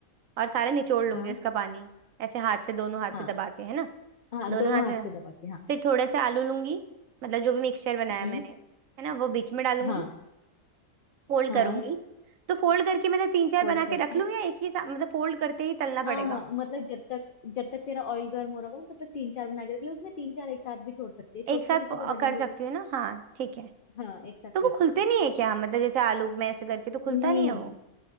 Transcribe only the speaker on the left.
हाँ
हाँ
हाँ
दोनों
हाथ से दबा के
हम्म
हाँ
हाँ
फोल्ड
करके
हाँ
हाँ मतलब जब तक जब तक तेरा ऑयल गर्म हो रहा होगा ना तब तक तीन चार बना के रख ले उसमें तीन चार एक साथ भी छोड़ सकती है छोटे
छोटे से
तो बनेंगे
वो
हाँ एक साथ
कर सकती
है
नहीं